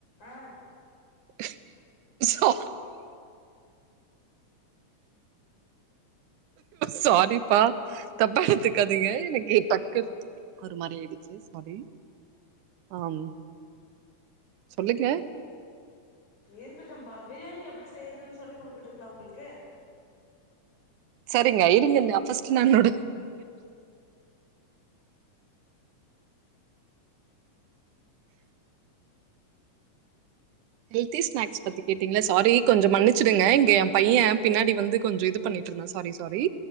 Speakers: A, on the left (about 70°); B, on the right (about 85°).
A: ஆ
B: <inaudible> சா சாரி ப்பா தப்பாஎடுத் க்காதீங்க எனக்கு பக்கு ஒரு மாரி <unintelligible> சாரி ஆஹ் சொல்லுங்க
A: இருக்கட்டும் பா பிரியாணி எப்படி செய்ரதுனு சொல்லிக் குடுக்கட்டுமா உங்களுக்கு
B: சரிங்கஐரிங்கன்ன அஃபஸ்ட் நா என்னோட ஹெல்தி ஸ்நாக்ஸ் பத்தி கேட்டீங்கள சாரி கொஞ்சோ மன்னிச்சுடுங்க இங்க என் பைய பின்னாடி வந்து கொஞ்ச இது பண்ணிட்டு இருந்தா சாரி சாரி